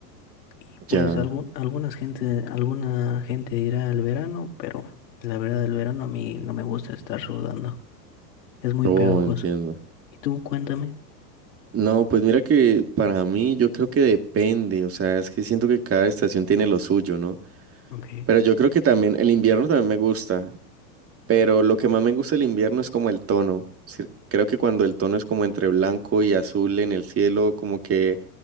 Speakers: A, on the left; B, on the right.
A: Y pues
B: ya,
A: algún, algunas gente, alguna gente dirá el verano, pero la verdad el verano a mí no me gusta estar sudando. Es muy
B: oh,
A: pegajoso.
B: entiendo.
A: Y tú, cuéntame.
B: No, pues mira que para mí yo creo que depende, o sea, es que siento que cada estación tiene lo suyo, ¿no?
A: Ok,
B: Pero yo creo que también el invierno también me gusta. Pero lo que más me gusta del invierno es como el tono. Sí, Creo que cuando el tono es como entre blanco y azul en el cielo, como que